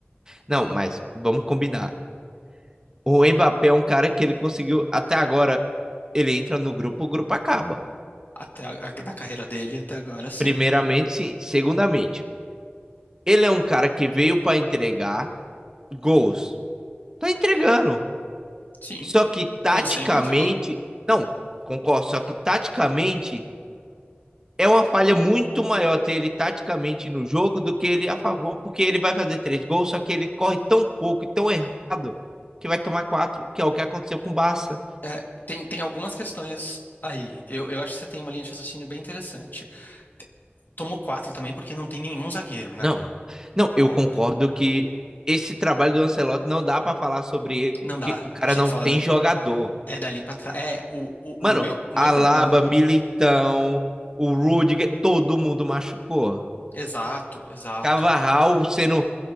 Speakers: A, on the right (about 15°); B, on the left (about 50°).
A: Não, mas vamos combinar. O Mbappé é um cara que ele conseguiu até agora. Ele entra no grupo, o grupo acaba.
B: Até a, a- na carreira dele até agora, sim.
A: Primeiramente, sim. Segundamente. Ele é um cara que veio para entregar gols. Tá entregando.
B: Sim.
A: Só que taticamente,
B: Como sempre, entregou.
A: não, concordo, só que taticamente é uma falha muito maior ter ele taticamente no jogo do que ele a favor, porque ele vai fazer três gols, só que ele corre tão pouco e tão errado que vai tomar quatro, que é o que aconteceu com o Barça.
B: É, tem, tem algumas questões aí. Eu, eu acho que você tem uma linha de raciocínio bem interessante. Tomou quatro também porque não tem nenhum zagueiro, né?
A: Não, não,
B: Oh,
A: eu concordo que esse trabalho do Ancelotti não dá para falar sobre ele,
B: não
A: porque
B: dá.
A: o cara
B: A gente tem
A: não
B: que falar.
A: tem jogador.
B: É dali pra trás. É, o, o,
A: Mano,
B: o meu, o meu
A: Alaba,
B: problema.
A: Militão, o Rudiger, todo mundo machucou.
B: Exato, exato.
A: Cavarral sendo.